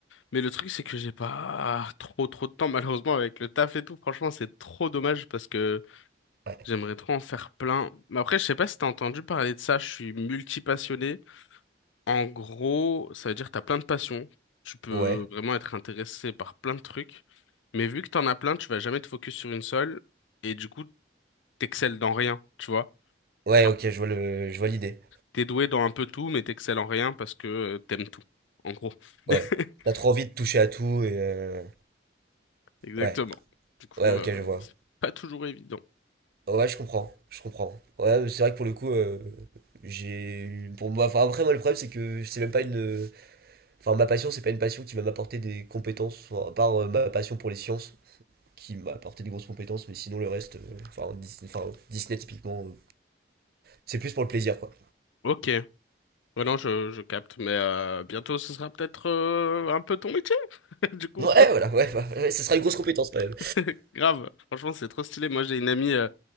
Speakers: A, on the left; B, on the right.
A: Mais le truc, c'est que j'ai pas trop trop de temps, malheureusement, avec le taf et tout. Franchement, c'est trop dommage parce que
B: Ouais,
A: J'aimerais trop en faire plein. Mais après, je sais pas si t'as entendu parler de ça, je suis multipassionné. En gros, ça veut dire que t'as plein de passions. Tu peux
B: ouais,
A: vraiment être intéressé par plein de trucs. Mais vu que t'en as plein, tu vas jamais te focus sur une seule. Et du coup, t'excelles dans rien, tu vois.
B: ouais,
A: Genre,
B: ok, je vois le, je vois l'idée.
A: t'es doué dans un peu tout, mais t'excelles en rien parce que euh, t'aimes tout. En gros. <laughs>
B: Ouais, t'as trop envie de toucher à tout et euh,
A: Exactement.
B: ouais,
A: Du coup,
B: ouais,
A: euh,
B: ok, je vois.
A: c'est pas toujours évident.
B: Ouais, ouais, je comprends, je comprends. Ouais, mais c'est vrai que pour le coup, euh, j'ai eu- pour moi, enfin après moi le problème c'est que c'est même pas une, enfin ma passion c'est pas une passion qui va m'apporter des compétences, enfin, à part euh, ma passion pour les sciences qui m'a apporté des grosses compétences, mais sinon le reste, euh, enfin Dis- enfin, Disney typiquement, euh, c'est plus pour le plaisir quoi.
A: Ok. Ouais, non, je, je capte. Mais euh, bientôt, ce sera peut-être euh, un peu ton métier, <laughs> du coup.
B: Ouais, voilà, ouais, bah, ouais, ce sera une grosse compétence quand même.
A: <laughs> Grave, franchement, c'est trop stylé. Moi, j'ai une amie euh,